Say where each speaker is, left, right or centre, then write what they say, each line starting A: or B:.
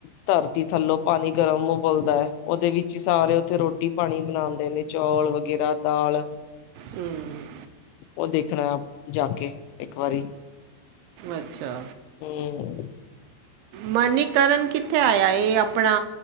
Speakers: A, on the left; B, on the right.
A: ਧਰਤੀ ਥੱਲੋਂ ਪਾਣੀ ਗਰਮ ਉਬਲਦਾ ਹੈ ਉਹਦੇ ਵਿੱਚ ਹੀ ਸਾਰੇ ਉਥੇ ਰੋਟੀ ਰੋਟੀ ਪਾਣੀ ਬਣਾਂਦੇ ਨੇ ਚੌਲ ਵਗੈਰਾ ਦਾਲ
B: ਹੂੰ
A: ਉਹ ਦੇਖਣਾ ਜਾ ਕੇ ਇੱਕ ਵਾਰੀ
B: ਅੱਛਾ
A: ਹੂੰ
B: ਮਨੀਕਰਨ ਕਿੱਥੇ ਆਇਆ ਆਪਣਾ